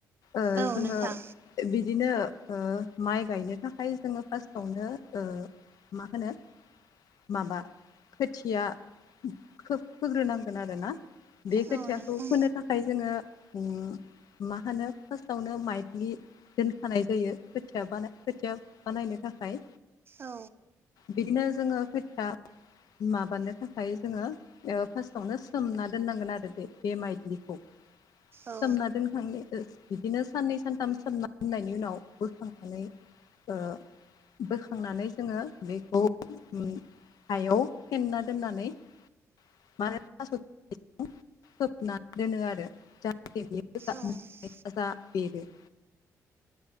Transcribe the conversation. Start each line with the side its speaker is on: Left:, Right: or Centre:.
Left: ओ
Right: औ
Left: जोङो
Right: नोंथां
Left: बिदिनो माइ गायनो थाखाय जोङो फार्स्टआवनो ओ मा होनो माबा खोथिया फोग्रोनांगोन आरो ना बे खोथियाखौ
Right: औ नोंथां
Left: फोनो थाखाय जोङो मा होनो फार्स्टआवनो माइलि दोनखानाय जायो खोथिया बानाय खोथिया बानायनो थाखाय।
Right: औ
Left: बिदिनो जोङो खोथिया माबानो थाखाय जोङो ओ फार्स्टावनो सोमना दोननांगोन आरो बे बे माइलिखौ
Right: औ
Left: समना दोनखां बिदिनो साननै सानथाम साननायनि उनाव बोखांनानै ओ बोखांनानै जोङो बेखौ हायाव फेना दोननानै मा होनो‌ थास बिलाइजों खोबना दोनो आरो जाहाथे बे मोजां
Right: औ
Left: जा बेरो